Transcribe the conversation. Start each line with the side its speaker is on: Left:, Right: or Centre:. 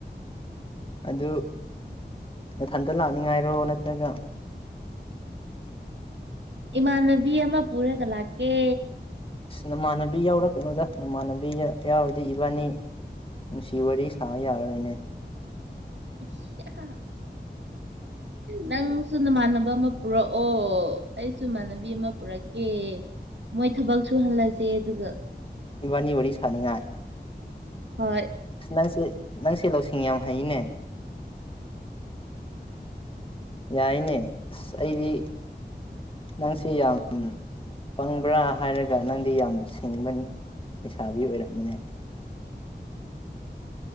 Left: ꯑꯗꯨ ꯅꯊꯟꯇ ꯂꯥꯛꯅꯤꯡꯉꯥꯏꯔꯣ ꯅꯠꯇ꯭ꯔꯒ
Right: ꯏꯃꯥꯟꯅꯕꯤ ꯑꯃ ꯄꯨꯔꯒ ꯂꯥꯛꯀꯦ
Left: ꯑꯁ ꯅꯃꯥꯟꯅꯕꯤ ꯌꯥꯎꯔꯛꯀꯅꯨꯗ ꯅꯃꯥꯟꯅꯕꯤꯒ ꯌꯥꯎꯔꯗꯤ ꯏꯕꯥꯅꯤ ꯅꯨꯡꯁꯤ ꯋꯥꯔꯤ ꯁꯥ ꯌꯥꯔꯔꯣꯏꯅꯦ
Right: ꯏꯍꯤ ꯍꯥꯍꯥ ꯅꯪꯁꯨ ꯅꯃꯥꯟꯅꯕ ꯑꯃ ꯄꯨꯔꯛꯑꯣ ꯑꯩꯁꯨ ꯏꯃꯥꯟꯅꯕꯤ ꯑꯃ ꯄꯨꯔꯛꯀꯦ ꯑꯦ ꯃꯣꯏ ꯊꯕꯛ ꯁꯨꯍꯜꯂꯁꯦ ꯑꯗꯨꯒ
Left: ꯏꯕꯥꯅꯤ ꯋꯥꯔꯤ ꯁꯥꯅꯤꯡꯉꯥꯏ
Right: ꯍꯣꯏ
Left: ꯑꯁ ꯅꯪꯁꯦ ꯅꯪꯁꯦ ꯂꯧꯁꯤꯡ ꯌꯥꯝ ꯍꯩꯅꯦ ꯌꯥꯏꯅꯦ ꯑꯁ ꯑꯩꯗꯤ ꯅꯪꯁꯦ ꯌꯥꯝ ꯄꯪꯕ꯭ꯔꯥ ꯍꯥꯏꯔꯒ ꯅꯪꯗꯤ ꯌꯥꯝ ꯁꯤꯡꯕꯅꯤ ꯂꯩꯁꯥꯕꯤ ꯑꯣꯏꯔꯝꯃꯤꯅꯦ